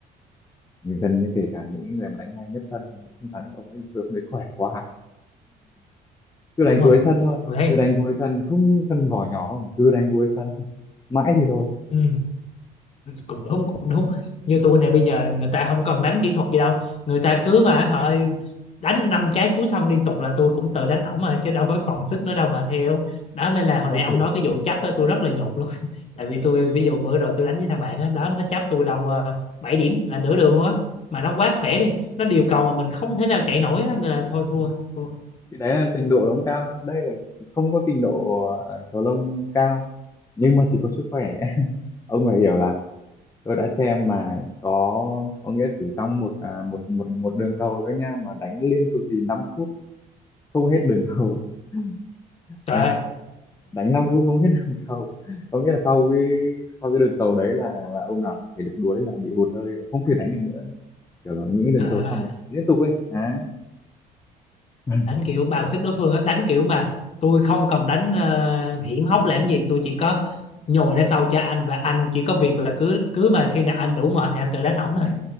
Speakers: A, on the left; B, on the left.
A: gần như kể cả những người mà đánh hay nhất sân cũng không thắng được ông ấy vì ông đấy khỏe quá cứ
B: đúng
A: đánh
B: rồi.
A: cuối sân thôi
B: Tôi thấy
A: cứ đánh cuối sân không cần vỏ nhỏ không cứ đánh cuối sân mãi thì thôi
B: ừ. cũng đúng cũng đúng như tôi này bây giờ người ta không cần đánh kỹ thuật gì đâu người ta cứ mà họ đánh năm trái cú xong liên tục là tôi cũng tự đánh ổng mà chứ đâu có còn sức nữa đâu mà theo đó nên là hồi
A: ông
B: nãy ông
A: phải
B: nói cái vụ chấp á tôi rất là nhột luôn <laughs> tại vì tôi ví dụ bữa rồi tôi đánh với thằng bạn đó, đó nó chấp tôi đầu 7 điểm là nửa đường luôn á mà nó quá khỏe đi nó điều cầu mà mình không thể nào chạy nổi á, nên là thôi thua,
A: ừ.
B: thua.
A: thì đấy là trình độ nó cao hơn đây là không có trình độ ờ, cầu lông cao nhưng mà chỉ có sức khỏe <laughs> ông phải hiểu là tôi đã xem mà có có nghĩa chỉ trong một à, một một một đường cầu thôi nha mà đánh liên tục thì 5 phút không hết đường cầu <laughs>
B: trời
A: nhá đánh 5 phút không hết đường cầu có nghĩa là sau cái sau cái đường cầu đấy là là ông nào thể lực đuối là bị hụt hơi và không thể đánh được nữa kiểu là những cái đường
B: ơi
A: cầu sau bị
B: <laughs>
A: hỏng liên tục ấy đấy <laughs>
B: đánh kiểu bào sức đối phương á đánh kiểu mà tôi không cần đánh ờ, hiểm hóc làm gì tôi chỉ có nhồi ra sau cho anh và anh chỉ có việc là cứ cứ mà khi nào anh đủ mệt thì anh tự đánh hỏng thôi